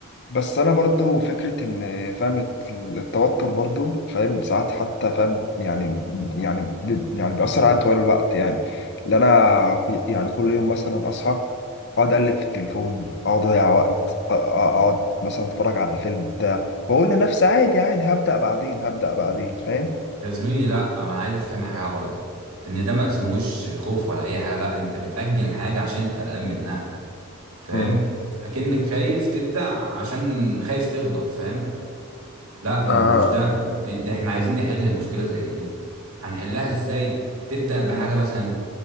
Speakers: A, on the left; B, on the right.
A: بس انا برضو فكره ان فاهم الت- التوتر برضو فاهم ساعات حتى فاهم يعني يعني بي- يعني بيأثر عليا طوال الوقت يعني اللي انا يعني كل يوم مثلا اصحى اقعد اقلب في التليفون اقعد اضيع وقت أ- أ- اقعد مثلا اتفرج على فيلم بتاع واقول لنفسي عادي عادي هبدأ بعدين هبدأ بعدين فاهم
B: يا زميلي لا ما انا عايز افهم حاجه برضه ان ده ما اسموش خوف ولا اي حاجه لا انت بتاجل حاجه عشان انت قلقان منها فاهم
A: امم
B: اكنك خايف تبدع عشان خايف تغلط فاهم لا ما
A: آه.
B: هو مش ده ده احنا عايزين نحل مشكلة زي دي هنحلها ازاي تبدأ بحاجة
A: مم.
B: مثلا